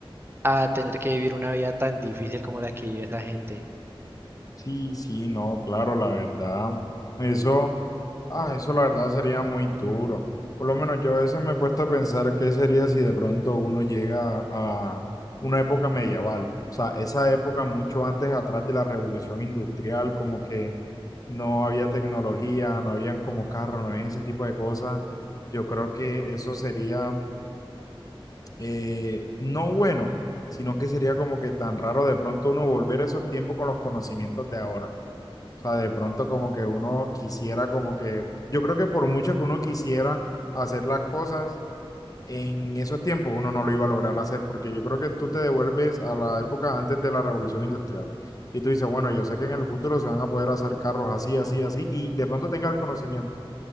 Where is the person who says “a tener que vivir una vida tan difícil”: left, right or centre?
Right